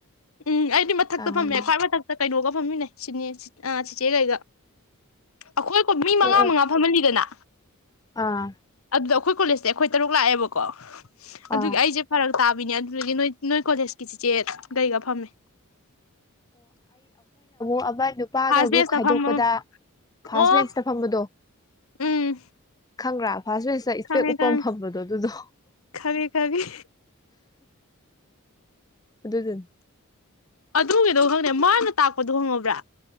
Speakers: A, on the left; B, on the left.
A: ꯎꯝ ꯑꯩꯗꯤ ꯃꯊꯛꯇ
B: ꯑꯥ ꯑꯣ
A: ꯐꯝꯃꯦ ꯈ꯭ꯋꯥꯏ ꯃꯊꯛꯇ ꯀꯩꯅꯣꯒ ꯐꯝꯃꯤꯅꯦ ꯁꯤ ꯆꯤꯆꯦꯒꯩꯗ ꯑꯩꯈꯣꯏꯣ ꯃꯤ ꯃꯉꯥ
B: ꯑꯣ
A: ꯃꯉꯥ ꯐꯝꯍꯟꯜꯂꯤꯗꯅ
B: ꯑꯥ
A: ꯑꯗꯨꯗꯣ ꯑꯩꯈꯣꯏ ꯀꯣꯂꯦꯖꯁꯦ ꯑꯩꯈꯣꯏ ꯇꯔꯨꯛ ꯂꯥꯛꯑꯦꯕꯀꯣ
B: ꯑꯥ
A: ꯑꯗꯨꯒꯤ ꯑꯩꯁꯦ ꯐꯔꯛ ꯇꯥꯕꯤꯅꯤ ꯑꯗꯨ ꯅꯣꯏ ꯅꯣꯏ ꯀꯣꯂꯦꯁꯀꯤꯁꯤ ꯆꯤꯆꯦ ꯀꯩꯒ ꯐꯝꯃꯦ
B: ꯑꯕꯥ ꯅꯨꯄꯥꯒ
A: ꯐꯥꯔꯁ
B: ꯒ꯭ꯔꯨꯞ
A: ꯕꯦꯁꯇ
B: ꯈꯥꯏꯗꯣꯛꯄꯗ
A: ꯐꯝꯃ
B: ꯐꯥꯔꯁ
A: ꯑꯣ
B: ꯃꯦꯟꯁꯇ ꯐꯝꯕꯗꯣ
A: ꯎꯝ
B: ꯈꯪꯕ꯭ꯔꯕ ꯐꯥꯁ ꯐꯦꯁꯇ ꯏꯁꯄꯦꯛ
A: ꯈꯪꯉꯦ
B: ꯎꯞꯄꯝ
A: ꯈꯪꯉꯦ
B: ꯐꯝꯕꯗꯣ ꯑꯗꯨꯗꯣ
A: ꯈꯪꯉꯦ ꯈꯪꯉꯦ
B: ꯑꯗꯨꯗꯨꯅꯤ
A: ꯑꯗꯨꯒꯤꯩꯗꯧ ꯈꯪꯗꯦ ꯃꯥꯅ ꯇꯥꯛꯄꯗꯣ ꯍꯪꯉꯕ꯭ꯔꯥ